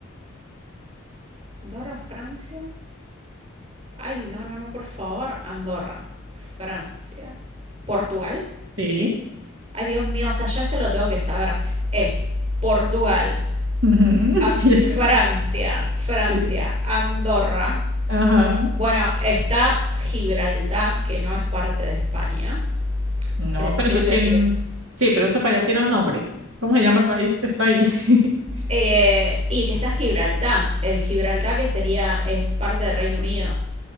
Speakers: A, on the right; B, on the right.
A: Andorra, Francia. Ay, no, no, no, por favor. Andorra, Francia. Portugal.
B: sí.
A: Ay, Dios mío, o sea, yo esto lo tengo que saber. Es Portugal,
B: ujú, <laughs>
A: An-
B: Sí,
A: Francia, Francia,
B: sí,
A: Andorra,
B: Ajá.
A: Bueno, está Gibraltar, que no es parte de España,
B: No,
A: el estrecho
B: pero eso tiene.
A: de Gibraltar.
B: Sí, pero eso para allá tiene un nombre. ¿Cómo se llama el país que está ahí? <laughs>
A: Eh, y que está Gibraltar, el Gibraltar que sería, es parte de Reino Unido.